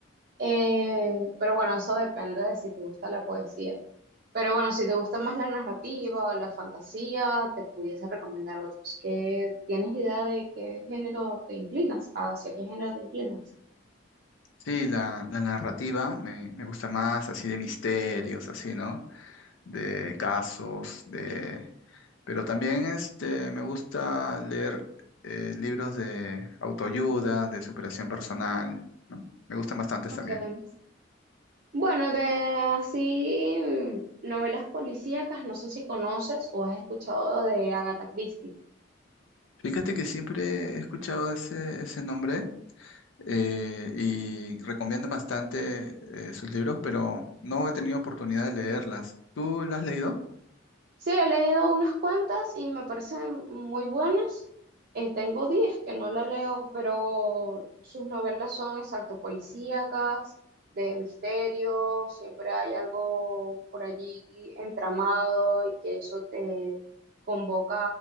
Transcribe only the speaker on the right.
Eh, pero bueno, eso depende de si te gusta la poesía. Pero bueno, si te gusta más la narrativa o la fantasía, te pudiese recomendar otros. ¿Qué, tienes idea de qué género te inclinas? ¿Hacia qué género te inclinas?
Okay.
Bueno, de así mm, novelas policíacas, no sé si conoces o has escuchado de Agatha Christie.
Sí, he leído unas cuantas y me parecen muy buenas. Eh, tengo 10 que no la leo, pero sus novelas son exacto policíacas, de misterio, siempre hay algo por allí entramado y que eso te convoca